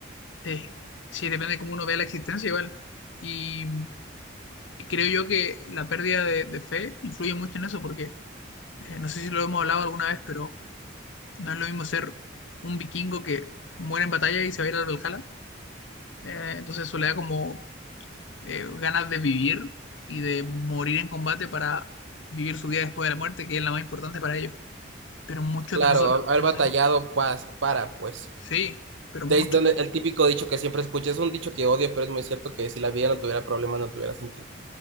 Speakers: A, on the left; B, on the right.
A: Eh, sí, depende de cómo uno vea la existencia igual. Y, y creo yo que la pérdida de, de fe influye mucho en eso porque, eh, no sé si lo hemos hablado alguna vez, pero no es lo mismo ser un vikingo que muere en batalla y se va a ir al Valhalla. Eh, entonces eso le da como eh, ganas de vivir y de morir en combate para vivir su vida después de la muerte, que es la más importante para ellos. Pero muchos
B: Claro,
A: de nosotros
B: ha- haber
A: pensamos,
B: batallado paz para, pues.
A: sí, pero
B: De
A: muchos,
B: ahí es donde el típico dicho que siempre escucho, es un dicho que odio, pero es muy cierto que si la vida no tuviera problemas, no tuviera sentido.